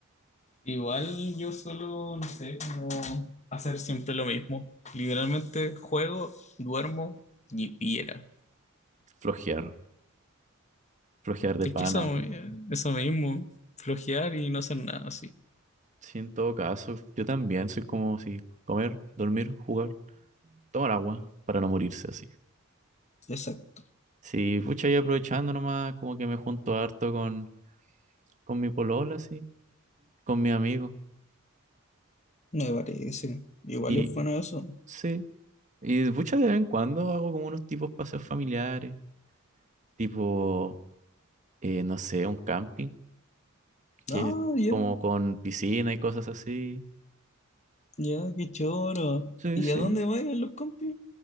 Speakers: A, on the left (about 35°); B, on the right (about 35°).
A: Igual yo solo, no sé, como hacer siempre lo mismo. Literalmente juego, duermo y, y era.
B: flojear, flojear de
A: Es
B: pana.
A: que eso, eso mismo, flojear y no hacer nada así.
B: Sí, en todo caso, yo también soy como si comer, dormir, jugar, tomar agua para no morirse así.
A: Exacto,
B: Sí, pucha, y aprovechando nomás, como que me junto harto con, con mi polola, así. con mi amigo.
A: me parece. Igual
B: Y
A: es bueno eso.
B: sí, y muchas de vez en cuando hago como unos tipos paseos familiares, tipo, eh, no sé, un camping, que
A: Ah,
B: es
A: ya.
B: como con piscina y cosas así.
A: Ya, qué choro.
B: Sí,
A: ¿Y
B: sí.
A: a dónde vayan los compis?